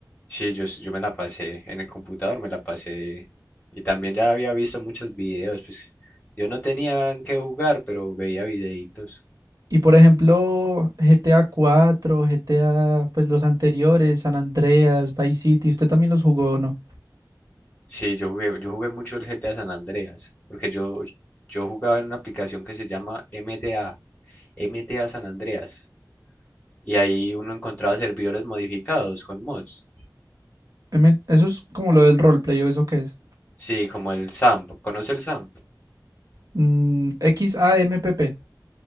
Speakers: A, on the left; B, on the right.
A: Sí, yo, s- yo me la pasé en el computador, me la pasé. Y también ya había visto muchos videos, pues yo no tenía en qué jugar, pero veía videitos.
B: Y por ejemplo, GTA 4, GTA, pues los anteriores, San Andreas, Vice City, ¿usted también los jugó o no?
A: Sí, yo jugué, yo jugué mucho el GTA San Andreas, porque yo, yo jugaba en una aplicación que se llama MTA, MTA San Andreas, y ahí uno encontraba servidores modificados con mods.
B: M- Eso es como lo del roleplay, ¿o eso qué es?
A: Sí, como el SAMP, ¿conoce el SAMP?
B: Mm, XAMPP.